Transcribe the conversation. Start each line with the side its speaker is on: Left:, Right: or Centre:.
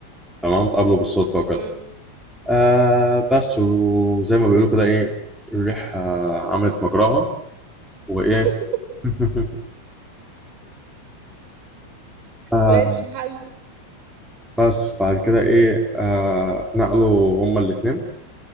Centre: تمام اتقابلوا بالصدفة وكده
Right: مم.
Centre: آه بس وزي ما بيقولوا كده ايه الريحة عملت مجراها وإيه
Right: <laughs>
Centre: <laughs> آه
Right: ماشي حلو
Centre: بس بعد كده إيه آه نقلوا هما الاتنين